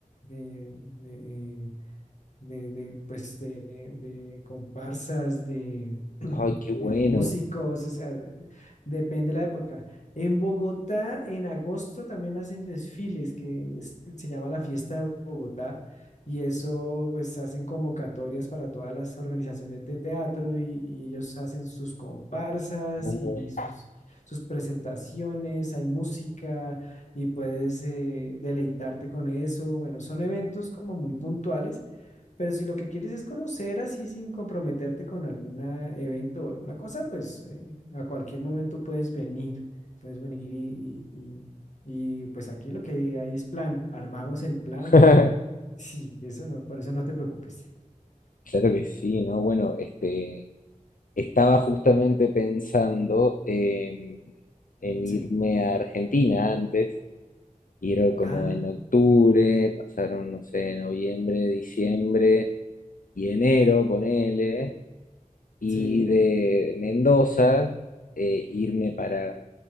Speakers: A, on the left; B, on the left.
A: eh, de, eh, de, de, pues, de, de comparsas, de, <clears throat>
B: ay, qué bueno.
A: de músicos, o sea, depende la época. En Bogotá, en agosto también hacen desfiles, que es- se llama la Fiesta de Bogotá, y eso, pues, hacen convocatorias para todas las organizaciones de teatro y, y ellos hacen sus comparsas
B: Uh,
A: y sus, sus presentaciones, hay música y puedes eh, deleitarte con eso. Bueno, son eventos como muy puntuales pero si lo que quieres es conocer así sin comprometerte con algún evento o alguna cosa, pues eh, a cualquier momento puedes venir, puedes venir y, y- y- y, pues aquí lo que hay es plan, armamos el plan
B: <laughs>
A: y sí, eso no, por eso no te preocupes.
B: claro que sí, ¿no? Bueno, este, estaba justamente pensando en, en
A: Sí.
B: irme a Argentina antes, ir como
A: Ah,
B: en octubre, pasaron, no sé, noviembre, diciembre y enero, ponele. y
A: sí.
B: de Mendoza eh, irme para,